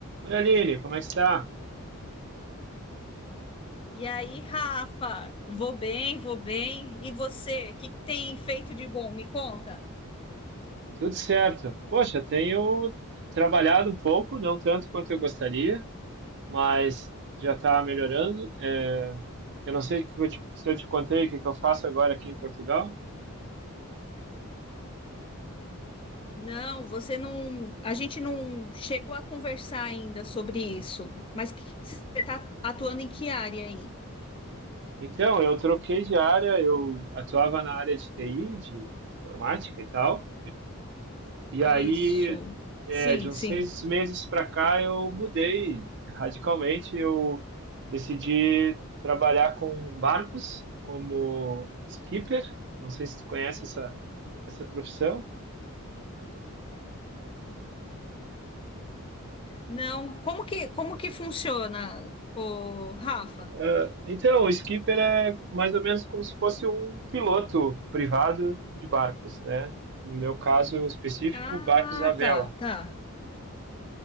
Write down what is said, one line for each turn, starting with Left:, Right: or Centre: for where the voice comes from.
Right: Oi, Aline, como é que está?
Left: E aí, Rafa, vou bem, vou bem. E você, o que que tem feito de bom? Me conta.
Right: Tudo certo. Poxa, tenho trabalhado um pouco, não tanto quanto eu gostaria, mas já está melhorando. É, eu não sei o que eu te- se eu te contei o que que eu faço agora aqui em Portugal.
Left: Não, você não. A gente não chegou a conversar ainda sobre isso, mas que- você está atuando em que área aí?
Right: Então, eu troquei de área, eu atuava na área de TI, de informática e tal, E
Left: Isso.
Right: aí, é,
Left: Sim,
Right: de uns
Left: sim.
Right: seis meses para cá, eu mudei radicalmente. Eu decidi trabalhar com barcos como skipper. Não sei se tu conhece essa, essa profissão.
Left: Não, como que, como que funciona, o Rafa?
Right: Ah, então, o skipper é mais ou menos como se fosse um piloto privado de barcos, né? No meu caso específico,
Left: Ah,
Right: barcos à vela.
Left: tá, tá.